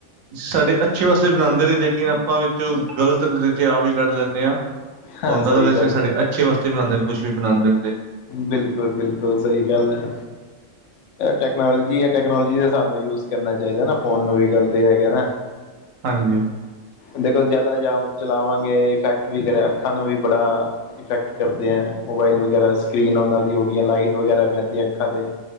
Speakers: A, on the right (about 85°); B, on the left (about 70°).
A: ਸਾਡੇ ਅੱਛੇ ਵਾਸਤੇ ਬਨਾਦੇ ਨੇ ਲੇਕਿਨ ਆਪਾਂ ਵਿੱਚੋ ਗ਼ਲਤ ਨਤੀਜੇ ਆਪ ਹੀ ਕੱਢ ਲੈਂਨੇ ਆ।
B: ਹਾਂ
A: ਹੁੰਦਾ
B: ਸਹੀ
A: ਤਾਂ ਵੈਸੇ
B: ਗੱਲ
A: ਸਾਡੇ ਅੱਛੇ ਵਾਸਤੇ ਵੀ ਬਨਾਦੇ ਨੇ ਕੁੱਛ ਵੀ ਬਨਾਦੇ ਨੇ ਤੇ।
B: ਬਿਲਕੁਲ -ਬਿਲਕੁਲ ਸਈ ਗੱਲ ਐ। ਟੈਕਨੋਲੋਜੀ ਏ ਟੈਕਨੋਲੋਜੀ ਦੇ ਹਿਸਾਬ ਨਾਲ ਯੂਜ ਕਰਨਾ ਚਾਈਦਾ ਨਾ ਫੋਨ ਨੂੰ ਵੀ ਗਲ ਤੇ ਐ ਹੈਗਾ ਨਾ।
A: ਹਾਂਜੀ।
B: ਦੇਖੋ ਜ਼ਿਆਦਾ <unintelligible> ਚਲਾਵਾਂਗੇ ਇਫੈਕਟ ਵੀ ਕਰੇ ਅੱਖਾਂ ਨੂੰ ਵੀ ਬੜਾ ਇਫੈਕਟ ਕਰਦੇ ਹੈ ਮੋਬਾਈਲ ਵਗੈਰਾ ਸਕਰੀਨ ਉਹਨਾਂ ਦੀ ਹੋ ਗਈ ਲਾਈਟ ਵਗੈਰਾ ਪੈਂਦੀ ਹੈ ਅੱਖਾਂ ਤੇ